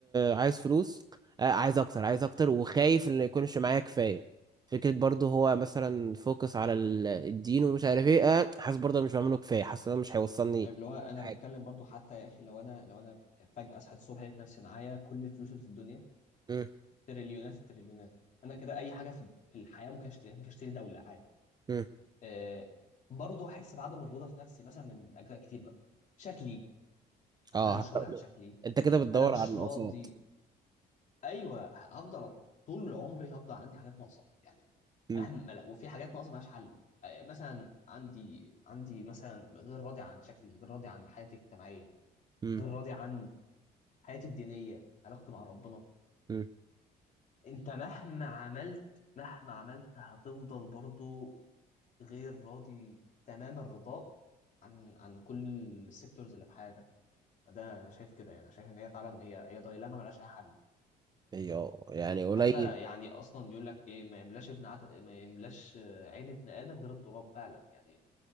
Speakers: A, on the right; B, on the left.
A: عايز فلوس آه عايز اكتر عايز اكتر وخايف ان يكونش معايا كفاية فكرة برضو هو مثلا فوكس على ال- الدين ومش عارف ايه آه حاسس برضو أنا مش بعمله كفاية حاسس إن أنا مش هيوصلني
B: يعني اللي هو انا
A: حاجة
B: بتكلم برضو حتى يا اخي لو انا لو انا فجأة صحيت الصبح لقيت نفسي معايا كل الفلوس اللي في الدنيا
A: مم.
B: تريليونات التريليونات انا كده اي حاجة في في الحياة ممكن اشتريها ممكن اشتري دولة عادي
A: مم.
B: آه برضو احس بعدم الرضا في نفسي مثلا من اجزاء كتير بقى شكلي
A: اه
B: انا مش
A: حتى-
B: راضي عن شكلي
A: انت كده بتدور
B: انا مش
A: على
B: راضي
A: النقصات
B: ايوه هفضل طول عمري هفضل عندي حاجات ناقصه يعني
A: مم.
B: مهما لا- وفي حاجات ناقصه ملهاش حل آه، مثلا عندي عندي مثلا غير راضي عن شكلي غير راضي عن حياتي الاجتماعيه
A: مم.
B: غير راضي عن حياتي الدينيه علاقتي مع ربنا
A: مم.
B: انت مهما عملت مهما عملت هتفضل برضو غير راضي تمام الرضاء عن عن كل السيكتورز اللي في حياتك ده انا شايف كده يعني شايف ان هي فعلا هي هي دايلاما ملهاش اي حل
A: ايوه يعني قليل
B: حتى يعني اصلا بيقول لك ايه ما يملاش ابن عد... ما يملاش آه، عين ابن ادم غير التراب فعلا يعني